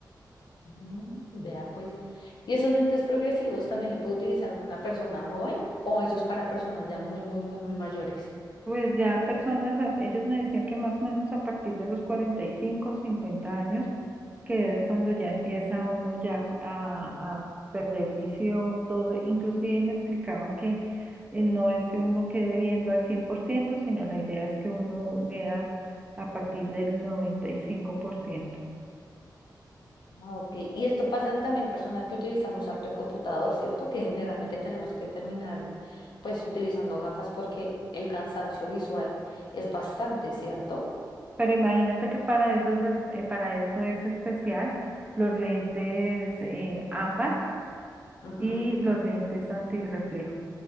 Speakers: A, on the left (about 65°); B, on the right (about 20°).
A: Mm, Vea pues. ¿Y esos lentes progresivos también lo puede utilizar una persona joven o eso es para personas ya muy, muy, muy, muy mayores?
B: Pues ya personas, a- ellos me decían que más o menos a partir de los 45 50 años, que es cuando ya empieza uno ya a, a perder visión, todo, inclusive me explicaban que eh, no es que uno quede viendo al cien por ciento sino la idea es que uno vea a partir del noventa y cinco por ciento
A: Ah, Ok, y esto pasa en también personas que utilizamos harto el computador, ¿cierto? Que generalmente tenemos que terminar pues utilizando gafas porque el cansancio visual es bastante, ¿cierto?
B: Pero imagínate que para eso es, es- eh, para eso es especial los lentes eh, ámbar
A: Ujú.
B: y los lentes antirreflejo.